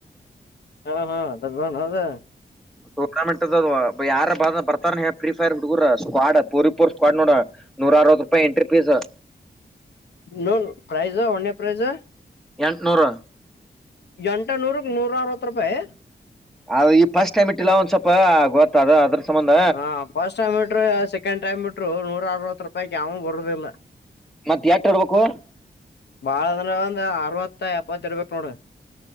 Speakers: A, on the left; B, in the centre.
A: ಹಾ ಹಾ ಅದ
B: ಟೂರ್ನಾಮೆಂಟ್ ಯಾರ ಭ ಬರ್ತಾರ ಫ್ರೀ ಫೈರ್ ಬಿರ ಸ್ವಾಡ್ ಪೂರಿ <unintelligible> ಸ್ಕ್ವಾಡ್ ನೋಡ ನೂರ ಅರವತ್ತು ರೂಪಾಯಿ entry fees.
A: No prize one prize
B: ಎಂಟ್ನೂರು.
A: ಎಂಟನೂರುಕ್ ನೂರ ಅರವತ್ತು ರೂಪಾಯಿ
B: ಅ ಈ ಫಸ್ಟ್ ಟೈಮ್ ಇಟ್ಟಿಲ್ಲ ಒಂದ್ ಸ್ವಲ್ಪ ಗೊತ್ತದು ಅದ್ರ ಸಂಬಂಧ
A: ಹಾ ಫಸ್ಟ್ ಟೈಮ್ ಇಟ್ರು ಸೆಕೆಂಡ್ ಟೈಮ್ ಇಟ್ರು ನೂರ ಅರ್ವತ್ ರೂಪಾಯಿಗ್ ಯಾವ್ನು ಬರುದಿಲ್ಲ.
B: ಮತ್ ಎಟ್ ಇಡ್ಬೇಕು
A: ಬಾಳ ಅ್ರ ಒಂದ ಅರವತ್ತ ಎಪ್ಪತ್ತ ಇಡ್ಬೇಕ ನೋಡ